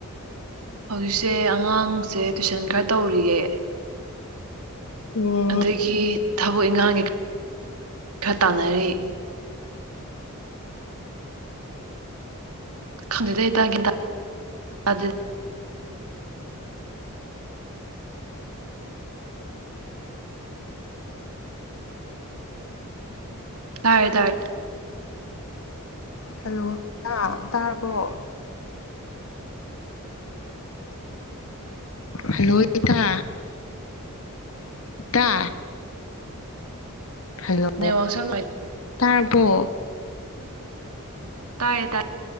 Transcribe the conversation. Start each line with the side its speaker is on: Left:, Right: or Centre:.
Right: ꯍꯧꯖꯤꯛꯁꯦ ꯑꯉꯥꯡꯁꯦ ꯇꯨꯏꯁꯟ ꯈꯔ ꯇꯧꯔꯤꯌꯦ
Left: ꯎꯝ
Right: ꯑꯗꯒꯤ ꯊꯕꯛ ꯏꯪꯈꯥꯡꯒꯤ ꯈꯔ ꯇꯥꯟꯅꯔꯤ ꯈꯪꯗ‌ꯦꯗ ꯏꯇꯥ ꯒꯌꯥꯟ ꯇꯥꯗ‌ꯦꯗ ꯇꯥꯔ‌ꯦ ꯇꯥꯔ‌ꯦ
Left: ꯍꯜꯂꯣ ꯏꯇꯥ ꯇꯥꯔꯕꯣ ꯍꯂꯣ ꯏꯇꯥ ꯏꯇꯥ ꯍꯜꯂꯣ
Right: ꯅꯦꯠꯋꯥꯛꯁꯦ ꯌꯥꯝ
Left: ꯇꯥꯔꯕꯣ
Right: ꯇꯥꯏꯔ‌ꯦ ꯇꯥꯏꯔ‌ꯦ